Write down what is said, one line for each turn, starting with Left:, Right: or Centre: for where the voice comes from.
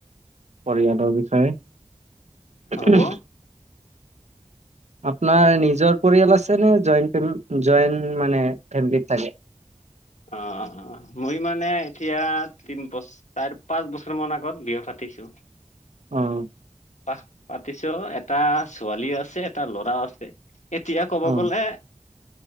Right: পৰিয়ালৰ বিষয়ে।
Left: হ'ব
Right: আপোনাৰ নিজৰ পৰিয়াল আছে নে? জইণ্ট মানে ফেমিলত থাকে?
Left: অ', অ ', অ' মই মানে এতিয়া তিন পচ চাৰ পাঁচ বছৰ মান আগত বিয়া পাতিছো।
Right: অঁ',
Left: পা পাতিছো এটা ছোৱালী আছে, এটা ল'ৰাও আছে। এতিয়া ক'ব
Right: অ
Left: গলে,